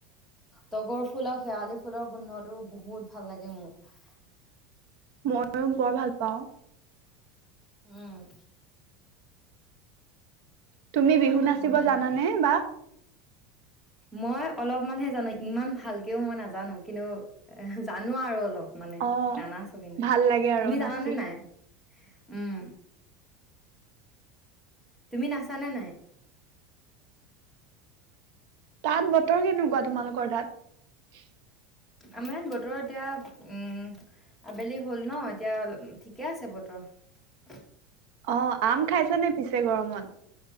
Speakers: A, in the centre; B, on the right (about 65°).
A: তগৰ ফুল আৰু শেৱালি ফুলৰ গোন্ধটো বহুত ভাল লাগে মোৰ
B: ময়ো বৰ ভাল পাওঁ।
A: উম
B: তুমি বিহু নাচিব
A: হয় দিয়া
B: জানানে বা?
A: মই অলপমানহে জানো ইমান ভালকেও মই নাজানো কিন্তু এ জানো আৰু অলপ মানে
B: অ
A: নানাছোঁ কিন্তু
B: ভাল লাগে আৰু
A: তুমি
B: নাচি
A: জানানে নাই? উম, তুমি নাচানে নাই?
B: তাত বতৰ কেনেকুৱা তোমালোকৰ তাত?
A: আমাৰ ইয়াত বতৰ এতিয়া উম, আবেলি হ'ল ন' এতিয়া ঠিকে আছে বতৰ।
B: অ', আম খাইছা নে পিছে গৰমত?